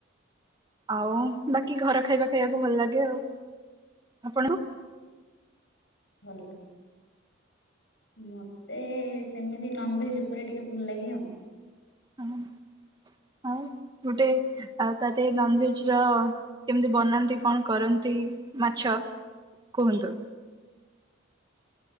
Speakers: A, on the right; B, on the left.
A: ଆଉ ବାକି ଘର ଖାଇବା ଖାଇବାକୁ ଭଲ ଲାଗେ ଆଉ। ଆପଣଙ୍କୁ?
B: ଭଲ ମତେ ସେମିତି ନନଭେଜ ଉପରେ ଟିକେ ଭଲଲାଗେ ଆଉ।
A: ଆମ ଆଉ ଗୋଟେ ଆଉ ତା ଦେହରେ ନନଭେଜର କେମତି ବନାନ୍ତି କଣ କରନ୍ତି ମାଛ କୁହନ୍ତୁ।